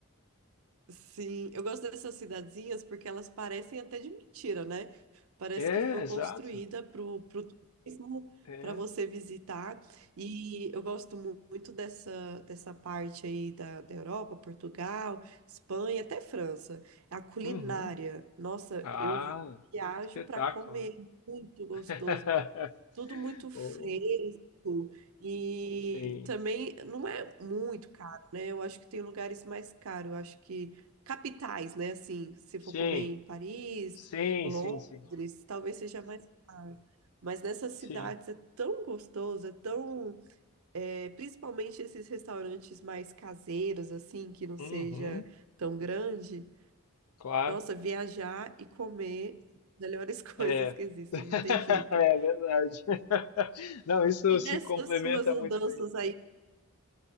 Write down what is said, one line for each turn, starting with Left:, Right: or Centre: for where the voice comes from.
Right: Sim, eu gosto dessas cidadezinhas porque elas parecem até de mentira, né? Parece
Left: É,
Right: que foi
Left: exato.
Right: construída pro, pro turismo,
Left: É.
Right: para você visitar. E eu gosto mu- muito dessa, dessa parte aí da, da Europa, Portugal, Espanha, até França. A culinária,
Left: Uhum.
Right: nossa,
Left: Ah,
Right: eu viajo
Left: espetáculo,
Right: para comer,
Left: né?
Right: é muito gostoso.
Left: <laughs>
Right: Tudo muito fresco
Left: Oh,
Right: e
Left: sim.
Right: também não é muito caro, né? Eu acho que tem lugares mais caros, eu acho que capitais, né? Assim, se
Left: Sim,
Right: for comer em Paris,
Left: sim,
Right: Londres,
Left: sim, sim.
Right: talvez seja mais caro. Mas nessas cidades
Left: Sim.
Right: é tão gostoso, é tão, é, principalmente esses restaurantes mais caseiros, assim, que não
Left: Uhum,
Right: seja tão grande.
Left: claro,
Right: Nossa, viajar e comer, melhores <laughs> coisas
Left: é.
Right: que existem,
Left: <laughs>
Right: não tem jeito.
Left: É verdade. <laughs> Não, isso
Right: E
Left: se
Right: nessas
Left: complementa
Right: suas andanças
Left: muito bem.
Right: aí,